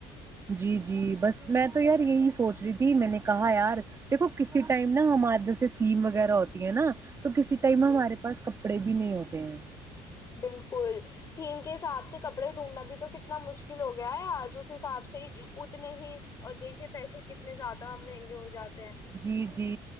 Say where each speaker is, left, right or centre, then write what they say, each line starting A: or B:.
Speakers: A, on the right (about 30°); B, on the left (about 40°).
A: جی جی بس میں تو یار یہی سوچ رہی تھی میں نے کہا یار دیکھو کسی ٹائم نا ہمار جیسے تھیم وغیرہ ہوتی ہے نا تو کسی ٹائم
B: جی
A: ہمارے پاس ک کپڑے بھی نہیں ہوتے ہیں
B: بالکل تھیم کے حساب سے کپڑے ڈھونڈنا بھی تو کتنا مشکل ہو گیا ہے آج اس حساب سے ہی اتنے ہی اور دیکھے پیسے کتنے زیادہ مہنگے ہو جات
A: جی جی